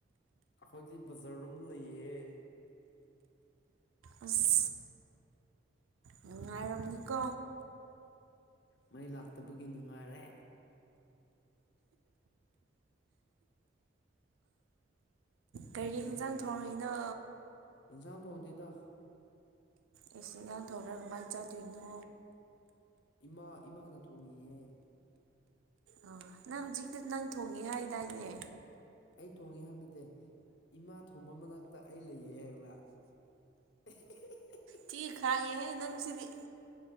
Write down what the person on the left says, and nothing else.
ꯑꯩꯈꯣꯏꯗꯤ ꯕꯖꯥꯔꯝ ꯂꯩꯌꯦ
ꯃꯩ ꯂꯥꯛꯇꯕꯒꯤ ꯅꯨꯡꯉꯥꯏꯔꯦ
ꯅꯣꯛꯑꯦ
ꯏꯟꯁꯥꯡ ꯊ ꯍꯗ ꯇ
ꯏꯃꯥ ꯏꯃꯥꯅ ꯊꯣꯡꯉꯌꯦꯦ
ꯑꯩ ꯊꯣꯡꯉꯦ ꯍꯥꯏꯕ ꯅꯠꯇꯦ ꯏꯃꯥ ꯊꯣꯡꯕ ꯃꯅꯥꯛꯇ ꯑꯩ ꯂꯩꯌꯦ ꯍꯥꯏꯕ <inaudible>